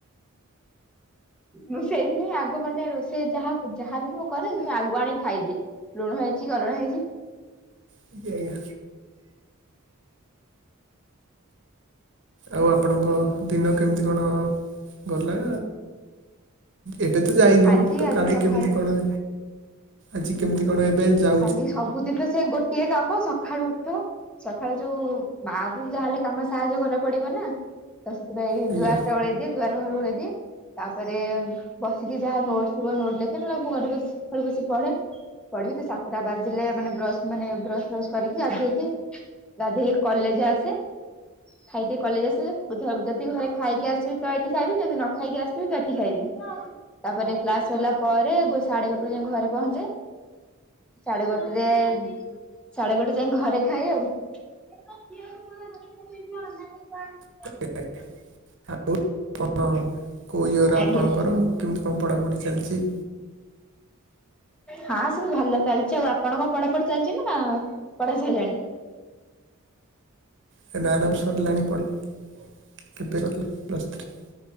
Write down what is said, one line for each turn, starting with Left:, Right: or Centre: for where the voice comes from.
Centre: ମୁଁ ସେଇଥିପାଇଁ ଆଗ ମାନେ ରୋଷେଇ ଯାହାକୁ ଯାହାବି ମୁଁ କରେ ଯେହେତୁ ଆଗୁଆ ଆଣି ଖାଇଦିଏ ଲୁଣ ହେଇଛି ଅଲଣା ହେଇଛି।
Right: ଆଜ୍ଞା ଆଜ୍ଞା। ଆଉ ଆପଣଙ୍କ ଦିନ କେମିତି କଣ ଗଲା? ଏବେ ତ ଯାଇନି
Centre: ଆଜି
Right: ତୋ
Centre: ଆଜି
Right: କାଲି
Centre: ସକାଳେ
Right: କେମିତି କଣ ଆଜି କେମିତି କଣ ଏବେ ଯା
Centre: କାଲି ସବୁଦିନେ ସେ ଗୋଟିଏ କାମ ସକାଳୁ ଉଠ। ସକାଳୁ ଯୋଉ ମାଙ୍କୁ ଯାହାହେଲେ କାମ ସାହାଯ୍ୟ କରି ବାକୁ ପଡିବ ନା। ତା ସହିତଯାଇ ଦ୍ୱାରଟା
Right: ଆଜ୍ଞା
Centre: ଓଳେଇ ଦିଏ ଦ୍ୱାର ଘର ଓଳେଇ ଦିଏ। ତାପରେ ବସିକି ଯାହା ନୋଟସ ଥିବ ନୋଟ ଲେଖେ ନ ହେଲେ ମୁଁ ଘରେ ବସି ସକାଳୁ ବସି ପଢେ। ପଢିକି ତ ସାତଟା ବାଜିଲେ ମାନେ ବ୍ର ମାନେ ବ୍ରସ୍ ଫ୍ରସ୍ କରିକି ଗାଧେଇକି ଗାଧେଇ କଲେଜ ଆସେ ଖାଇକି କଲେଜ ଆସିଲେ <inaudible> ଯଦି ଘରେ ଖାଇକି ଆସିବି ତ ଏଠି ଖାଇବିନି ଯଦି ନଖାଇକି ଆସିବି ତି ତଠି ଖାଇବି ତାପରେ କ୍ଲାସ ସରିଲା ପରେ ଗୋ ସାଢେ ଗୋଟେରେ ଯାଇ ଘରେ ପହଞ୍ଚେ ସାଢେଗୋଟେ ରେ ସାଢେଗୋଟେ ଯାଇଁ ଘରେ ଖାଏ ଆଉ। <unintelligible>
Right: <inaudible> ଆଉ କଣ କୋଉ ୟିଅର
Centre: ଆଜ୍ଞା।
Right: ଆପଣଙ୍କର? କେମିତି କଣ ପଢାପଢି ଚାଲିଛି?
Centre: ହଁ ସେମିତି ଭଲଚାଲିଛି ଆଉ ଆପଣଙ୍କ ପଢାପଢି ଚାଲିଛି ନା ପଢା ସଇଲାଣି?
Right: ସେ ନା ନା ବି ସରିଲାଣି ପଢା ଏବେ ସରିଲା ପ୍ଲସଥ୍ରୀ।